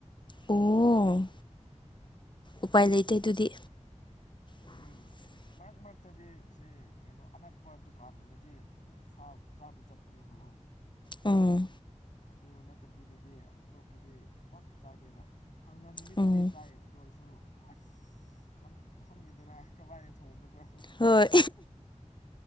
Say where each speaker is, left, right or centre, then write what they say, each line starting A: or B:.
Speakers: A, on the left (about 40°); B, on the left (about 85°).
A: ꯑꯣ ꯎꯄꯥꯏ ꯂꯩꯇꯦ ꯑꯗꯨꯗꯤ <inaudible>
B: ꯎꯝ ꯃꯔꯛ ꯃꯔꯛꯇꯗꯤ ꯁꯤ ꯀꯩꯅꯣ ꯑꯅꯛꯄ ꯗꯨꯀꯥꯟꯗꯗꯤ ꯁꯥ ꯆꯥꯕ ꯆꯠꯄꯅꯦꯕꯒꫭ
A: ꯎꯝ
B: ꯑꯗꯨ ꯅꯠꯇꯕꯤꯗꯗꯤ ꯑꯇꯣꯞꯄꯗꯤ ꯄꯥꯛ ꯆꯥꯗꯦꯕ ꯊꯥꯡꯖꯥ ꯅꯨꯃꯤꯠꯇꯗꯤ
A: ꯎꯝ
B: ꯆꯥꯏ ꯑꯗꯨ ꯑꯣꯏꯁꯨ ꯑꯁ ꯅꯪ ꯈꯪꯉꯦꯗꯅ ꯀꯃꯥꯏꯅ ꯊꯣꯡꯕꯗꯣ
A: ꯍꯣꯏ